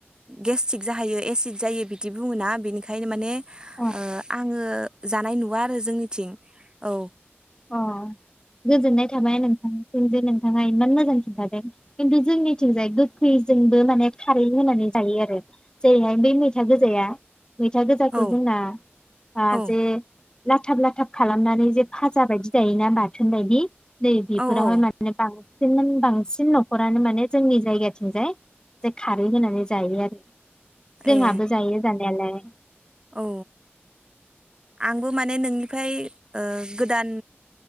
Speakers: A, on the right; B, on the left.
A: गेस्टिक जाहैयो एसिद जायो बिदि बुङोना बिनिखायनो माने ओ
B: औ
A: जोङो जानाय नुवा आरो जोंनिथिं औ
B: अ गोजोननाय थाबाय नोंथां जों जे नोंथाङा इमान मोजां खिन्थादों खिन्थु जोंनिथिंजाय गोखैजोंबो माने खारै होनानै जायो आरो जेरैहाय बै मैथा गोजाया मैथा गोजाखौ
A: औ
B: जोंना बा
A: औ
B: जे लाथाब लाथाब खालाम खालामनानै जे भा जा बायदि जायोना बाथोन बायदि दै बेफोर
A: औ औ
B: माने <unintelligible> सेमोन <unintelligible> बांसिन न'खरानो माने जोंनि जायगाथिंजाय जे खारै होनानै जायो आरो जोंहाबो
A: ए
B: जायो जानायालाय
A: औ आंबो माने नोंनिफ्राय ओ गोदान